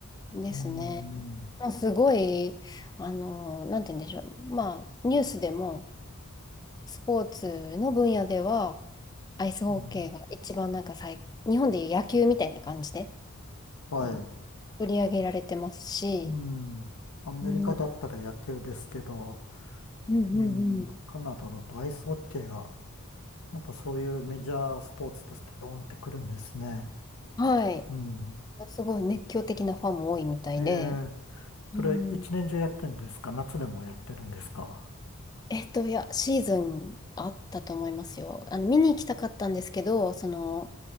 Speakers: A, on the left; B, on the left.
A: んですね。
B: うん、うん。
A: まあ、すごい、あの、なんて言うんでしょう。まあ、ニュースでも、スポーツの分野では、アイスホッケーが一番なんか最、
B: うん
A: 日本でいう野球みたいな感じで、
B: はい。
A: あの、取り上げられてますし、
B: うん。アメリカだったら野球ですけど、
A: うん、うんうんうん。
B: うん、カナダだとアイスホッケーがやっぱそういうメジャースポーツとしてドーンってくるんですね。
A: はい。
B: うん。
A: すごい熱狂的なファンも多いみたいで、
B: ええ、それ一年中やってるんですか夏でもやってるんですか
A: うん、えっと、いや、シーズンあったと思いますよ。あの、見に行きたかったんですけど、その、